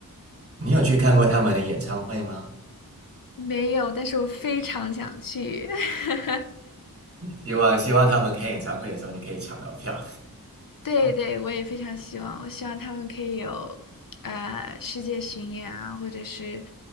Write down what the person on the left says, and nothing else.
没有，但是我非常想去。<laughs>
对对，我也非常希望，我希望他们可以有呃世界巡演啊，或者是